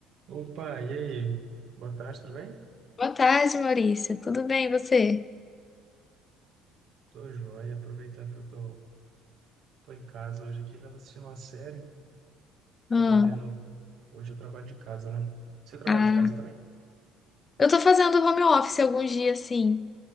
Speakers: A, on the right (about 55°); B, on the left (about 25°).
A: Opa, e aí? Boa tarde, tudo bem?
B: Boa tarde, Maurício. Tudo bem, e você?
A: Tô joia, aproveitando que eu tô, tô em casa hoje aqui, tava assistindo uma série,
B: Ah,
A: trabalhando. Hoje eu trabalho de casa, né? Você trabalha
B: ah.
A: de casa também?
B: Eu tô fazendo home office alguns dias, sim.